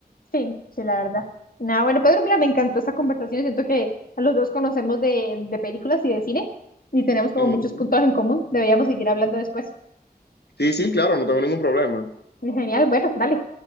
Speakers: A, on the left (about 60°); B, on the left (about 85°).
A: Sí, sí, la verdad. Nada, bueno, Pedro, mira, me encantó esta conversación. Siento que a los dos conocemos de, de películas y de cine y tenemos como
B: Ujú.
A: muchos puntos en común. Deberíamos seguir hablando después.
B: Sí, sí, claro, no tengo ningún problema.
A: Genial, bueno, dale.